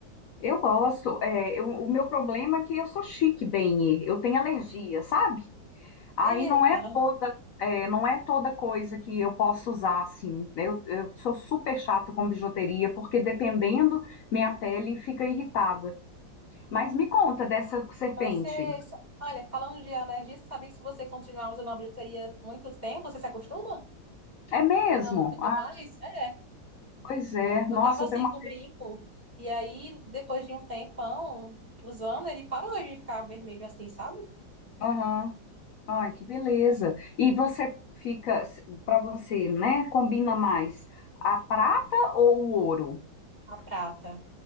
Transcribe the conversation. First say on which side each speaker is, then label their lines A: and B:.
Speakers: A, on the left; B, on the right.
A: eu gosto. É, eu- o meu problema é que eu sou chique, bem. Eu tenho alergia, sabe? Aí
B: Eita,
A: não é toda, é, não é toda coisa que eu posso usar assim. Eu, eu sou super chata com bijuteria, porque dependendo, minha pele fica irritada. Mas me conta dessa serpente.
B: mas você. Olha, falando de alergia, você sabia que se você continuar usando a bijuteria muito tempo, você se acostuma?
A: É mesmo?
B: E não fica
A: Ah,
B: mais? É.
A: pois é.
B: Eu
A: Nossa,
B: tava assim
A: eu tenho uma.
B: com brinco. E aí, depois de um tempão usando, ele parou de ficar vermelho assim, sabe?
A: Aham. Ai, que beleza. E você fica, para você, né? Combina mais a prata ou o ouro?
B: A prata.